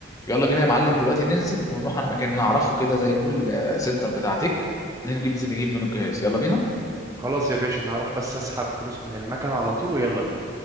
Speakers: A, on the left; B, on the right.
A: يلا بينا يا معلم دلوقتي ننزل ونروح على مكان نعرفه كده زي مول آه، سنتر بتاعتك نجيب ننزل نجيب منه الجهاز يلا بينا
B: خلاص يا باشا أنا هروح بس أسحب فلوس من المكنة على طول ويلا بينا